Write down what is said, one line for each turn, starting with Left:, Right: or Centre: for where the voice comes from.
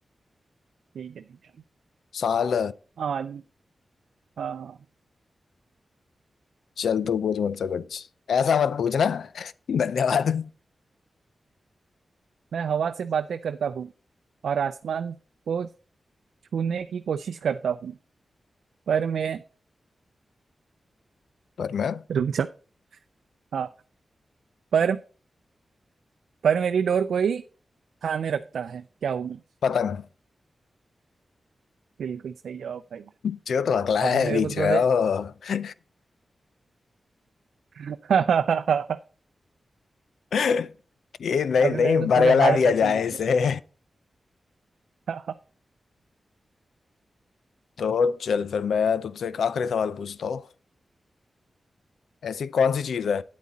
Right: ठीक है ठीक है
Left: साल
Right: हाँ हाँ हाँ।
Left: चल तू पूछ मुझसे कुछ ऐसा मत पूछना <laughs> धन्यवाद
Right: मैं हवा से बातें करता हूँ और आसमान को छूने की कोशिश करता हूँ पर मैं
Left: पर मैं
Right: रुक जा हाँ पर पर मेरी डोर कोई खाने रखता है क्या हूं मैं
Left: पतंग
Right: बिल्कुल सही जवाब भाई
Left: जो तो अगला है
Right: अभी मेरे
Left: बीच
Right: को थोड़े
Left: में ओ
Right: <laughs>
Left: कि नहीं
Right: अभी
Left: नहीं
Right: मेरे को
Left: बरगला
Right: थोड़े हार्ड
Left: दिया
Right: क्वेश्चन
Left: जाए
Right: पूछने
Left: इसे
Right: पड़े <laughs>
Left: तो चल फिर मैं तुझसे एक आखिरी सवाल पूछता हूँ ऐसी कौन सी चीज है